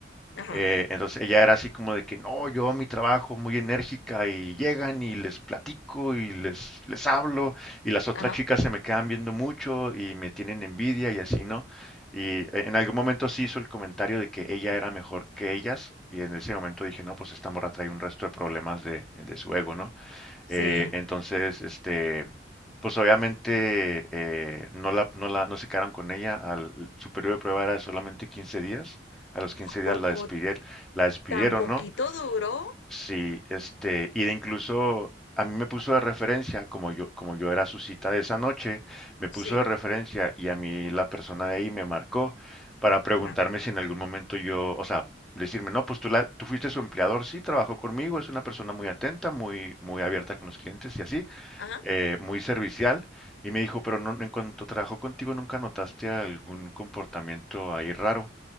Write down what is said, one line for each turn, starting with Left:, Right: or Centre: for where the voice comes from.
Left: Ajá,
Centre: Eh, entonces ella era así como de que no, yo a mi trabajo muy enérgica y llegan y les platico y les, les hablo y las otras
Left: ajá,
Centre: chicas se me quedan viendo mucho y me tienen envidia y así, ¿no? Y eh, en algún momento sí hizo el comentario de que ella era mejor que ellas y en ese momento dije, no, pues esta morra trae un resto de problemas de, de su ego, ¿no?
Left: sí.
Centre: Eh, entonces, este, pues obviamente eh, no la, no la, no se quedaron con ella. Al, su periodo de prueba era de solamente 15 días. A los 15 días
Left: Poco,
Centre: la despidieron, la despidieron,
Left: tan poquito
Centre: ¿no?
Left: duro
Centre: Sí, este, y de incluso a mí me puso de referencia, como yo, como yo era su cita de esa noche, me puso
Left: Sí,
Centre: de referencia y a mí la persona de ahí me marcó para preguntarme
Left: ajá,
Centre: si en algún momento yo, o sea, decirme, no, pues tú, la, tú fuiste su empleador, sí, trabajó conmigo, es una persona muy atenta, muy, muy abierta con los clientes y así,
Left: ajá,
Centre: eh, muy servicial. Y me dijo, pero no, en cuanto trabajó contigo, ¿nunca notaste algún comportamiento ahí raro?